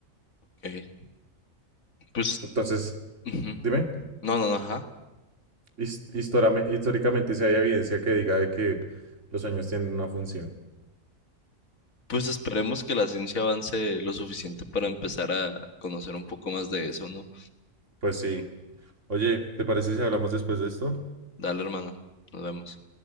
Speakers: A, on the left; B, on the right.
A: Ok. Pues
B: Entonces,
A: Ujú.
B: dime,
A: No, no, no, ajá.
B: his- histórame- históricamente si hay evidencia que diga de que los sueños tienen una función.
A: Pues esperemos que la ciencia avance lo suficiente para empezar a conocer un poco más de eso, ¿no?
B: Pues sí. Oye, ¿te parece si hablamos después de esto?
A: Dale, hermano. Nos vemos.